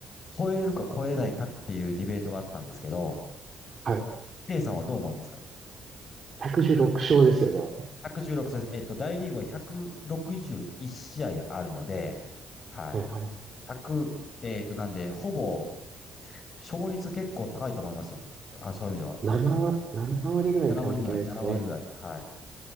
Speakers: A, on the left; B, on the right.
A: 超えれるか超えれないかっていうディベートがあったんですけど、
B: はい。
A: A さんはどう思いますか
B: 116勝ですよね。
A: ?116 です。えっと、大リーグは161試合あるので、はい。
B: はい、はい。
A: 1えっと、なんで、ほぼ勝率結構高いと思いますよ。あ、そういう意味では。
B: 7割、7割ぐらいいかなきゃいけないですかね。
A: 7割ぐらい、7割ぐらい。はい。